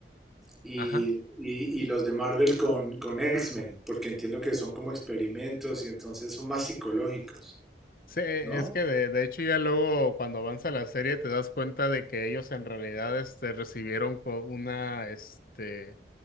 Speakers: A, in the centre; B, on the left.
A: y-
B: ajá.
A: y- y los de Marvel con, con X-Men, porque entiendo que son como experimentos y entonces son más psicológicos,
B: Sí, eh,
A: ¿no?
B: es que de, de hecho ya luego cuando avanza la serie te das cuenta de que ellos en realidad este, recibieron co- una, este,